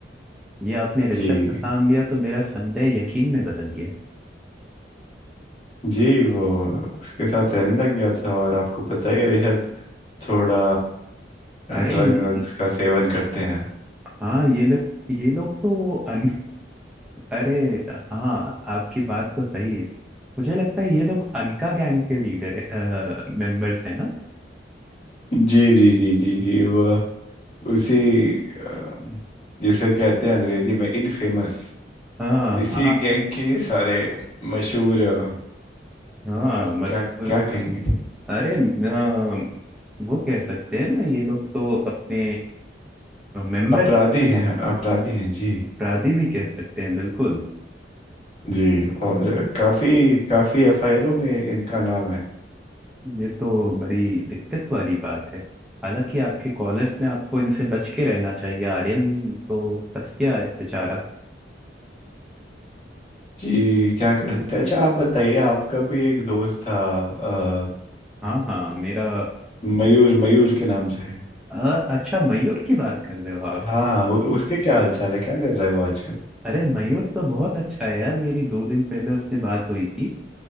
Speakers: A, in the centre; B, on the left.
A: ये आपने रिश्वत
B: जी
A: का नाम लिया तो मेरा संदेह यकीन में बदल गया
B: जी वो उसके साथ रहने लग गया था और आपको पता ही है, ऋषभ थोड़ा
A: अरे
B: ड्रग
A: ये
B: वग्स का सेवन करते हैं
A: हाँ ये लोग ये लोग तो अन अरे हाँ आपकी बात तो सही है मुझे लगता है ये लोग अनका गैंग के लीडर है, मेंबर्स है ना
B: जी जी जी जी जी वो उसी अ, जिसे कहते हैं अंग्रेजी में इनफेमस
A: हाँ
B: इसी
A: हाँ
B: गैंग के ये सारे मशहूर अ,
A: हाँ मशहूर
B: क्या क्या कहेंगे
A: अरे अ, वो कह सकते हैं ना ये लोग तो अपने मेंबर्स
B: अपराधी हैं अपराधी हैं जी
A: अपराधी भी कह सकते हैं बिल्कुल
B: जी और काफी काफी एफआईआरों में इनका नाम है
A: ये तो बड़ी दिक्कत वाली बात है हालांकि आपके कॉलर्स में आपको इनसे बच के रहना चाहिए आर्यन तो बच गया है बेचारा
B: जी क्या कर सकते हैं अच्छा आप बताइए आपका भी एक दोस्त था
A: हाँ हाँ मेरा
B: मयूर मयूर के नाम से है
A: अ, अच्छा मयूर की बात कर रहे हो आप
B: हाँ उ, उसके क्या हाल चाल है क्या कर रहा है वो आजकल
A: अरे मयूर तो बहुत अच्छा है यार मेरी दो दिन पहले उससे बात हुई थी